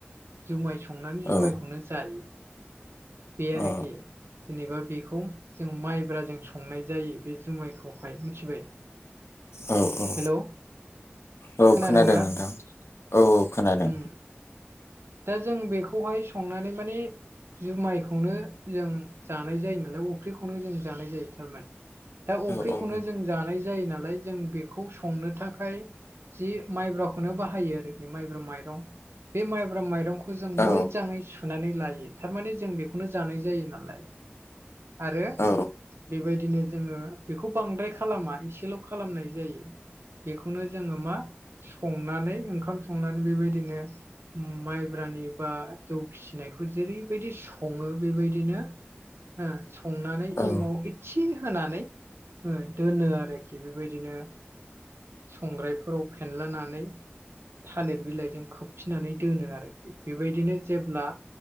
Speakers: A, on the right (about 70°); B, on the left (about 80°).
A: जुमाय संनानै जुमायखौनो
B: औ
A: जायो बे आरोखि
B: औ
A: जेनेबा बेखौ जों माइब्रा जों संनाय जायो बे जुमायखौहाय मिथिबाय
B: औ औ
A: हेलौ
B: औ
A: खोनादोंना
B: खोनादों नोंथां औ औ खोनादों
A: उम दा जों बेखौहाय संनानै माने जुमायखौनो जों जानाय जायो नालाय अफ्रिखौनो जों जानाय जायो थारमाने दा अफ्रिखौनो
B: औ औ
A: जों जानाय जायो नालाय जों बेखौ संनो थाखाय जि माइब्राखौनो बाहायो आरोखि माइब्रा माइरं बे माइब्रा स माइरंखौ जों
B: औ
A: मोजाङै सुनानै लायो थारमाने जों बेखौनो जानाय जायो ना <unintelligible> आरो
B: औ
A: बेबायदिनो जोङो बेखौ बांद्राय खालामा एसेल' खालामनाय जायो बेखौनो जोङो मा संनानै ओंखाम संनानै बेबायदिनो माइब्रानि बा जौ फिसिनायखौ जेरैबायदि सङो बेबायदिनो ओ संनानै
B: औ
A: इमाव इसे होनानै ओ दोनो आरो खि बेबायदिनो संग्रायफोराव फेनलानानै थालिर बिलाइजों खोब नानै दोनो आरोखि। बेबायदिनो जेब्ला